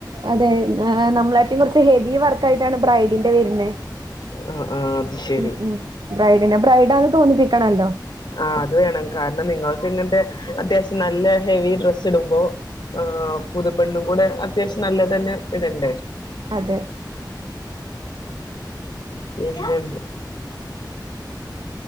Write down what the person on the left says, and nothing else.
ആഹ് ആഹ് അത് ശരി
ആ അതുവേണം കാരണം നിങ്ങൾ പിന്നത്തെ അത്യാവശ്യം നല്ല ഹെവീ ഡ്രെസ്സ് ഇടുമ്പൊ ആ പുതുപെണ്ണും കൂടെ അത്യാവശ്യം നല്ലതന്നെ ഇടണ്ടേ
പിന്നെ